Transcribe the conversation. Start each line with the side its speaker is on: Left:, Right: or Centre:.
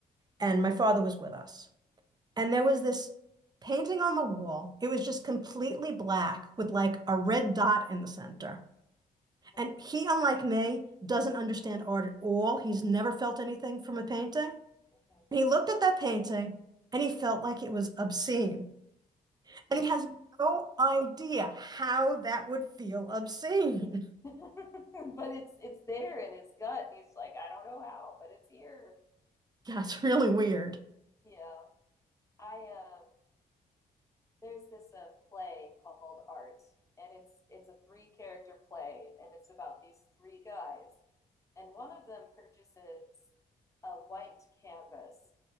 Right: and my father was with us. And there was this painting on the wall. It was just completely black with like a red dot in the center.
Left: Mm-hmm.
Right: And he, unlike me, doesn't understand art at all. He's never felt anything from a painting.
Left: Mm-hmm.
Right: And he looked at that painting and he felt like it was obscene. And he has no idea how that would feel obscene.
Left: <laughs>
Right: <laughs>
Left: But it's it's there in his gut and he's like, I don't know how, but it's here.
Right: Yeah, it's really weird.
Left: Yeah. I um there's this uh, play called Art, and it's it's a three character play, and it's about these three guys, and one of them purchases a white canvas